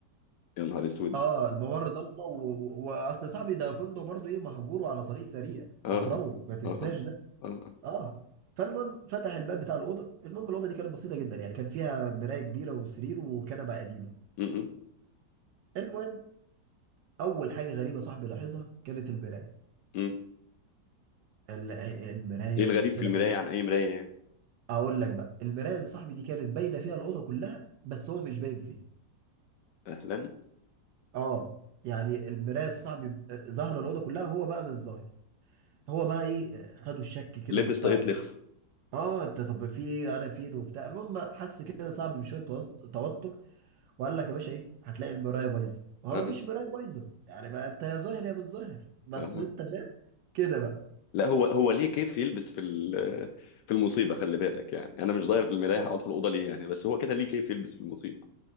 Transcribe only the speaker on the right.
اه الممر ضلمه و- و- واصل صاحبي ده فندق برضو ايه مهجور وعلى طريق سريع صحراوي
ما تنساش
ده
اه فالمهم فتح الباب بتاع الاوضه المهم الاوضه دي كانت بسيطه جدا يعني كان فيها مرايه كبيره وسرير وكنبه قديمه
المهم اول حاجه غريبه صاحبي لاحظها كانت المرايه
ال- المرايه
يبص
لها
اقول لك بقى المرايه يا صاحبي دي كانت باينه فيها الاوضه كلها بس هو مش باين فيها
اه يعني المرايه صاحبي ظاهره الاوضه كلها هو بقى مش ظاهر هو بقى ايه آه، خدوا الشك كده
وبتاع
اه انت طب في إيه؟ انا فين وبتاع المهم حس كده صاحبي بشويه توت- توتر وقال لك يا باشا ايه هتلاقي المرايه بايظه وهو
ما فيش مرايه بايظه يعني بقى انت يا ظاهر يا مش ظاهر بس
انت فاهم كده بقى